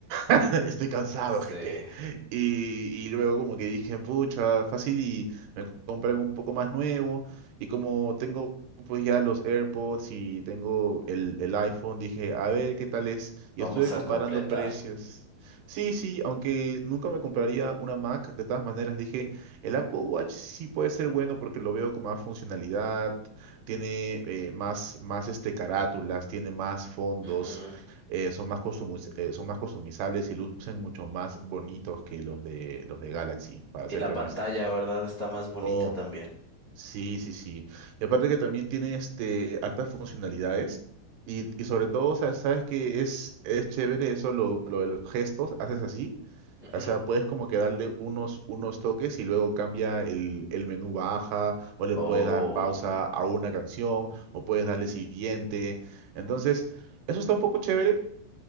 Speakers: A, on the right; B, on the left.
A: <laughs> Estoy cansado,
B: Sí,
A: jefe. Y, y luego como que dije, pucha, fácil y me compré algo un poco más nuevo. Y como tengo pues ya los AirPods y tengo el, el iPhone, dije, a ver qué tal es.
B: vamos
A: Y estuve comparando
B: a completar.
A: precios. Sí, sí, aunque nunca me compraría una Mac, de todas maneras dije, el Apple Watch sí puede ser bueno porque lo veo con más funcionalidad, tiene eh, más, más este, carátulas, tiene más fondos
B: Ujú.
A: eh, son más costumis- eh, son más customizables y lucen mucho más bonitos que los de los de Galaxy, para
B: Y
A: serte
B: la pantalla,
A: honesto.
B: ¿verdad? Está más bonita
A: Oh,
B: también.
A: sí, sí, sí. Y aparte que también tiene este hartas funcionalidades. Y, y sobre todo, o sea, sabes que es, es chévere eso lo, lo de los gestos, haces así.
B: Ujú.
A: O sea, puedes como que darle unos, unos toques y luego cambia el, el menú baja, o le
B: Oh,
A: puedes dar pausa a una canción, o puedes darle siguiente. Entonces, eso está un poco chévere,